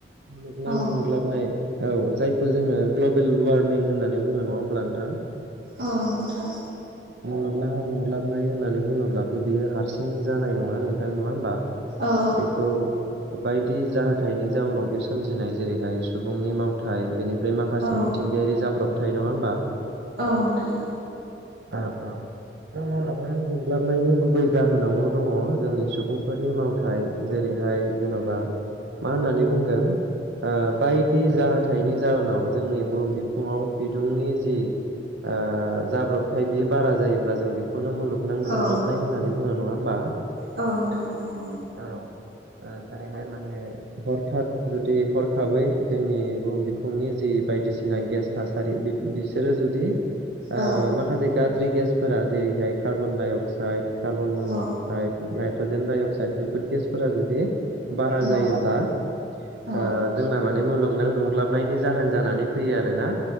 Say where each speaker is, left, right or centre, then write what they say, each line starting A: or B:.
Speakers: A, on the right (about 75°); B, on the right (about 60°).
A: मुलुगनां
B: औ
A: दुंग्लाबनाय औ जायखौ जोङो ग्लबेल वार्मिं होननानै बुङो नङा होमब्ला नोंथां
B: औ नोंथां
A: मुलुगां दुंग्लाबनाय होननानै बुङोब्लाथ' बियो हारसिं जानाय नङा नोंथां नङा होमबा
B: औ
A: बेखौ बायदि जाहोथायाइनि जाउनाव बे सोमजिनाय जेरैहाय सुबुंनि मावथाय बेनि ओमफ्राय माखासे
B: औ नों औ
A: मिथिंगायारि जाब्र'बथाय नङा होमबा
B: औ नोंथां
A: औ ओं बे दुंग्लाबनायनि गुबै जाहोनावनो दङ जोंनि सुबुंफोरनि मावथाय जेरै थाय जेन'बा मा होननानै बुंगोन ओ बायदि जाहोथायनि जाउोनाव जोंनि बुहुम बिखुङाव बिदुंनि जि आ नाथाय बे बारा जायोब्ला जों बेखौनो मुलुगनां दुंग्लाबनाय
B: औ
A: होननानै बुङो नङा होमबा
B: औ नोंथां नांगौ
A: औ ओ जेरैहाय माने हरख जुदि हरखाबै जोंनि बुहुम बिखुंनि जि बायदिसिना गेस थासारि बिसोरो जुदि ओ
B: औ
A: माखासे गाज्रि गेसफोरा जेरैहाय कार्बन डाइ अक्साइड कार्बन मन'
B: औ
A: अक्साइड नाइट्रजेन डाइ अक्साइड बेफोर गेसफोरा जुदि बारा
B: औ
A: जायोब्ला
B: औ
A: आ जोंना मुलुगनां दुंग्लाबनायनि जाहोन जानानै फैयो आरोना